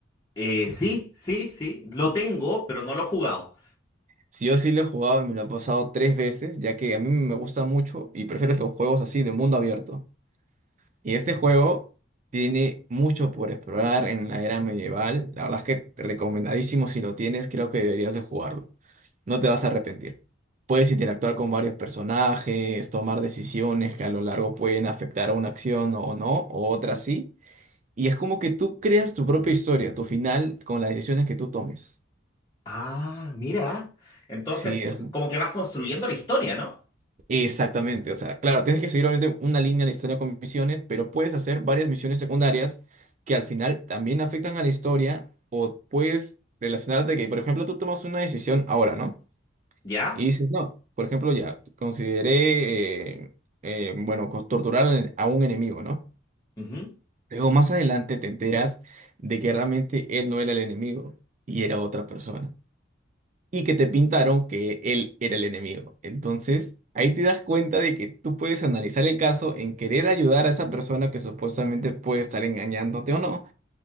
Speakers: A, on the left (about 20°); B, on the right (about 40°).
A: Eh, sí, sí, sí. Lo tengo, pero no lo he jugado.
B: Si yo sí lo he jugado y me lo he pasado tres veces, ya que a mí me gusta mucho y prefiero los juegos así de mundo abierto. Y este juego tiene mucho por explorar en la era medieval. La verdad es que recomendadísimo si lo tienes, creo que deberías de jugarlo. No te vas a arrepentir. Puedes interactuar con varios personajes, tomar decisiones que a lo largo pueden afectar a una acción o no, o otras sí. Y es como que tú creas tu propia historia, tu final, con las decisiones que tú tomes.
A: Ah, mira. Entonces,
B: Sí, es
A: como que vas construyendo la historia, ¿no?
B: Exactamente, o sea, claro, tienes que seguir obviamente una línea en la historia con misiones, pero puedes hacer varias misiones secundarias que al final también afectan a la historia o puedes relacionarte que, por ejemplo, tú tomas una decisión ahora, ¿no?
A: Ya.
B: Y dices, no, por ejemplo, ya, consideré, eh, eh, bueno, co- torturar al- a un enemigo, ¿no?
A: Ujú.
B: Luego más adelante te enteras de que realmente él no era el enemigo y era otra persona y que te pintaron que él era el enemigo. Entonces, ahí te das cuenta de que tú puedes analizar el caso en querer ayudar a esa persona que supuestamente puede estar engañándote o no,